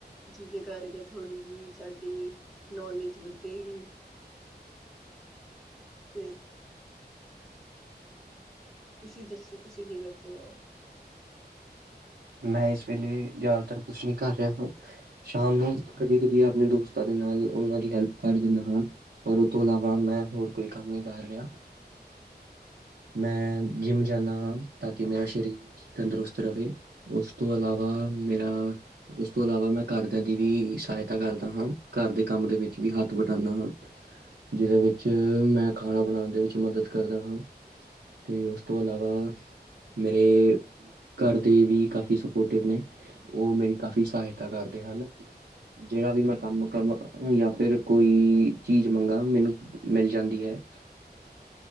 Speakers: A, in the centre; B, on the right.
A: ਜਿਹਦੇ ਕਰਕੇ ਥੋੜ੍ਹੀ ਜਿਹੀ ਸਾਡੀ ਨੌਲੇਜ ਵਧੇਗੀ। ਤੇ ਤੁਸੀਂ ਦੱਸੋ ਤੁਸੀਂ ਕੀ ਕਰਦੇ ਹੋ?
B: ਮੈਂ ਇਸ ਵੇਲੇ ਜ਼ਿਆਦਾਤਰ ਕੁਛ ਨਹੀਂ ਕਰ ਰਿਹਾ ਹਾਂ, ਸ਼ਾਮ ਨੂੰ ਕਦੀ ਕਦੀ ਆਪਣੇ ਦੋਸਤਾਂ ਦੇ ਨਾਲ ਉਹਨਾਂ ਦੀ ਹੈਲਪ ਕਰ ਦਿੰਦਾ ਹਾਂ, ਪਰ ਉਹ ਤੋਂ ਇਲਾਵਾ ਮੈਂ ਹੋਰ ਕੋਈ ਕੰਮ ਨਹੀਂ ਕਰ ਰਿਹਾ, ਮੈਂ ਜਿੰਮ ਜਾਂਦਾ ਹਾਂ ਤਾਂ ਕਿ ਮੇਰਾ ਸਰੀਰ ਤੰਦਰੁਸਤ ਰਹੇ। ਉਸ ਤੋਂ ਇਲਾਵਾ ਮੇਰਾ ਉਸ ਤੋਂ ਇਲਾਵਾ ਮੈਂ ਘਰਦਿਆਂ ਦੀ ਵੀ ਸਹਾਇਤਾ ਕਰਦਾ ਹਾਂ, ਘਰ ਦੇ ਕੰਮ ਦੇ ਵਿੱਚ ਵੀ ਹੱਥ ਬਟਾਉਂਦਾ ਹਾਂ, ਜਿਹਦੇ ਵਿੱਚ ਮੈਂ ਖਾਣਾ ਬਣਾਉਣ ਦੇ ਵਿੱਚ ਮਦਦ ਕਰਦਾ ਹਾਂ, ਅਤੇ ਉਸ ਤੋਂ ਇਲਾਵਾ ਮੇਰੇ ਘਰ ਦੇ ਵੀ ਕਾਫੀ ਸਪੋਰਟਿਵ ਨੇ ਉਹ ਮੇਰੀ ਕਾਫੀ ਸਹਾਇਤਾ ਕਰਦੇ ਹਨ ਜਿਹੜਾ ਵੀ ਮੈਂ ਕੰਮ-ਕੰਮ ਜਾਂ ਫਿਰ ਕੋਈ ਚੀਜ਼ ਮੰਗਾਂ ਮੈਨੂੰ ਮਿਲ ਜਾਂਦੀ ਹੈ,